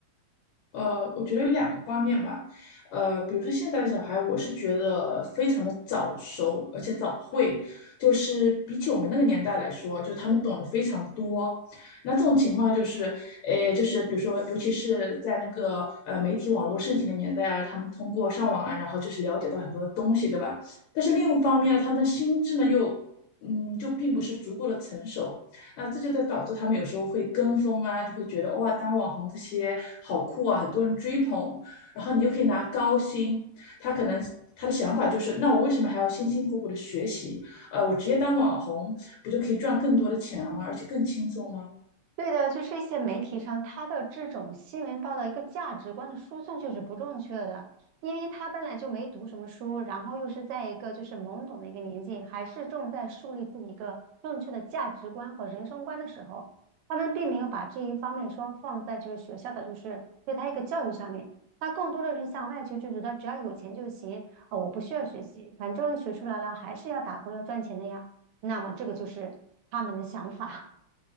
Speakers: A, on the left; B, on the right.
A: 呃，我觉得有两个方面吧，呃，比如说现在的小孩，我是觉得非常的早熟，而且早会，就是比起我们那个年代来说，就他们懂得非常的多。那这种情况就是，诶，就是比如说，尤其是在那个呃媒体网络盛行的年代啊，他们通过上网啊，然后就是了解到很多东西，对吧？但是另一方面呢，他们的心智呢又，嗯，就并不是足够的成熟。那这就在导致他们有时候会跟风啊，就会觉得哇，当网红这些好酷啊，很多人追捧，然后你就可以拿高薪。他可能他的想法就是，那我为什么还要辛辛苦苦的学习？呃，我直接当网红不就可以赚更多的钱了吗？而且更轻松吗？
B: 对的，就是一些媒体上他的这种新闻报道一个价值观的输送就是不正确的，因为他本来就没读什么书，然后又是在一个就是懵懂的一个年纪，还是正在树立自己一个正确的价值观和人生观的时候，他们并没有把这一方面说放在就是学校的就是对他一个教育上面，他更多的是向外求，就觉得只要有钱就行啊，我不需要学习，反正学出来了还是要打工要赚钱的呀，那么这个就是他们的想法。